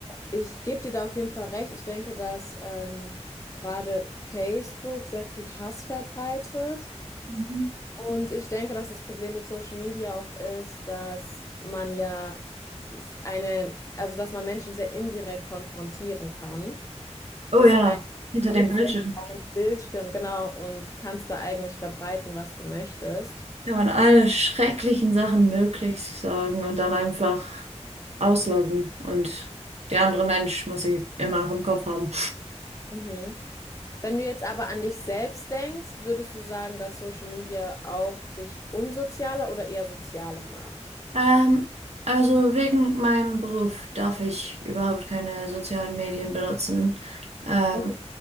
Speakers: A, on the left; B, on the right.
A: Ich gebe dir da auf jeden Fall recht. Ich denke, dass ähm, gerade Facebook sehr viel Hass verbreitet.
B: Mhm.
A: Und ich denke, dass das Problem mit Social Media auch ist, dass man ja eine, also dass man Menschen sehr indirekt konfrontieren kann.
B: Oh
A: Das
B: ja,
A: heißt,
B: hinter
A: du
B: dem
A: sitzt
B: Bildschirm
A: ja vor einem Bildschirm, genau, und kannst da eigentlich verbreiten, was du möchtest.
B: kann man alle schrecklichen Sachen möglich sagen und dann einfach ausloggen. Und der andere Mensch muss sie immer noch im Kopf haben.
A: Mhm. Wenn du jetzt aber an dich selbst denkst, würdest du sagen, dass Social Media auch dich unsozialer oder eher sozialer macht?
B: Ähm, also wegen meinem Beruf darf ich überhaupt keine sozialen Medien benutzen. Ähm,
A: Okay.